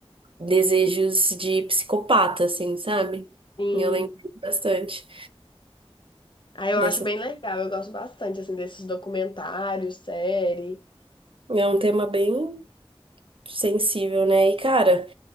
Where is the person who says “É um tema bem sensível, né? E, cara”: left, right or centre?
Right